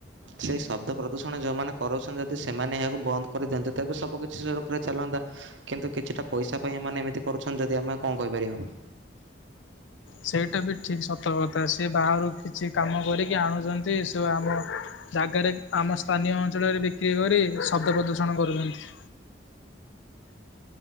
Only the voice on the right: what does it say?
ସେଇ ଶବ୍ଦ ପ୍ରଦୂଷଣ ଯୋଉମାନେ କରୁଛନ୍ତି ଯଦି ସେମାନେ ଏହାକୁ ବନ୍ଦ କରିଦିଅନ୍ତ ତେବେ ସବୁକିଛି ସୁରୁଖୁରୁ ରେ ଚାଲନ୍ତା, କିନ୍ତୁ କିଛିଟା ପଇସା ପାଇଁ ଏମାନେ ଏମିତି କରୁଛନ୍ତି ଯଦି ଆମେ କଣ କହିପାରିବା ଆଉ।